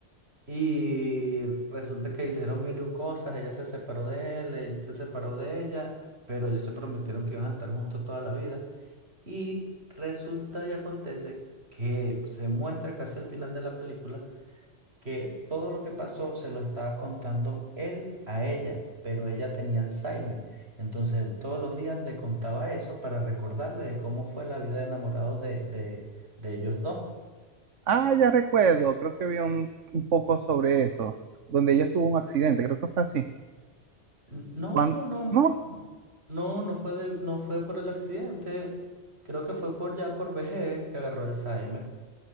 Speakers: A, on the right; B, on the right.
A: y resulta que hicieron mil y un cosas, ella se separó de él, él se separó de ella, pero ellos se prometieron que iban a estar juntos toda la vida y resulta y acontece que se muestra casi al final de la película que todo lo que pasó se lo estaba contando él a ella, pero ella tenía Alzheimer. Entonces él todos los días le contaba eso para recordarle de cómo fue la vida de enamorados de, de, de ellos dos.
B: Ah, ya recuerdo, creo que vi un, un poco sobre eso, donde ella tuvo un accidente, creo que fue así.
A: N- No,
B: ¿Cuándo?
A: no,
B: ¿No?
A: n- no, no fue de- no fue por el accidente. Creo que fue por ya por vejez que agarró Alzheimer.